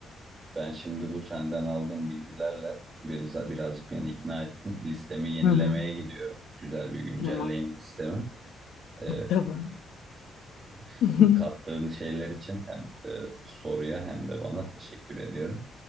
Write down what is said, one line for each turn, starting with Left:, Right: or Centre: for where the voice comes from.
Right: ben şimdi bu senden aldığım bilgilerle biraz, birazcık beni ikna ettin. Listemi yenilemeye
Left: Hı hı.
Right: gidiyorum. Güzel bir güncelleyim
Left: Tamam.
Right: listemi. Ee,
Left: Tamam.
Right: <laughs>
Left: <laughs>
Right: kattığın şeyler için hem e, soruya hem de bana teşekkür ediyorum.